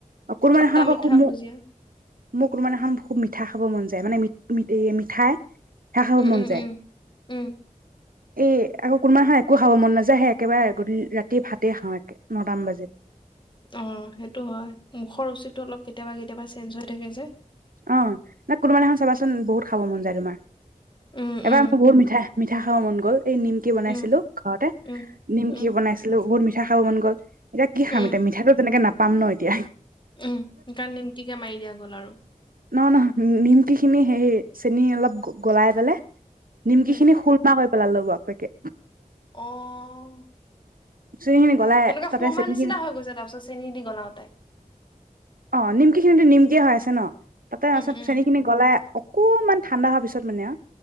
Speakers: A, on the right (about 80°); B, on the left (about 35°).
A: কোনোবাদিনাখন
B: খতটা
A: আকৌ
B: মিঠা
A: খুব মোক
B: ভুজিয়া
A: মোৰ কোনোবাদিনাখন খুব মিঠা খাব মন মানে ম ম মিঠাই সেয়া খাব
B: উম
A: মন
B: উম
A: যায়
B: উম উম
A: এ আকৌ কোনোবা হ একো খাব মন নাযায়ে একেবাৰে গ ৰাতিয়ে ভাতে খাওঁ একে নটাম বাজিত
B: অ সেইটো হয় মুখৰ ৰুচিটো অলপ কেতিয়াবা কেতিয়াবা চেঞ্জ হৈ থাকে যে
A: অ ন কোনোবান এখন চাবাচোন বহুত খাব মন যায় তোমাৰ
B: উম
A: এবাৰ
B: উম
A: মোৰ বহুত মিঠাই মিঠা খাব মন গ'ল এই নিমকি বনাইছিলো
B: উম
A: ঘৰতে
B: উম
A: নিমকি
B: উম
A: বনাইছিলো বহুত মিঠা খাব মন গ'ল এতিয়া কি খাম
B: উম
A: এতিয়া মিঠাইটো তেনেকে নাপাম ন! এতিয়া
B: উম সেইকাৰণে নিমটিকে মাৰি দিয়া গ'ল আৰু
A: ন নহ নিমকি খিনি সেই চেনি অলপ গলাই পেলাই নিমকি
B: উম
A: খিনি খুলমা কৰি পেলালোঁ কে
B: আহ।
A: চেনি খিনি গলাই
B: তেনেকুৱে
A: তাতে
B: সুৰমাৰ
A: চেনি
B: নিচিনা
A: খিনি
B: হৈ গৈছে তাৰ পিছত চেনি দি গলাওতোই
A: অ নিমকি খিনিতো নিমকিয় হৈ আছে ন তাতে পাছত
B: উম উম
A: চেনি খিনি গলাই অকণমান ঠাণ্ডা হোৱাৰ পিছত মানে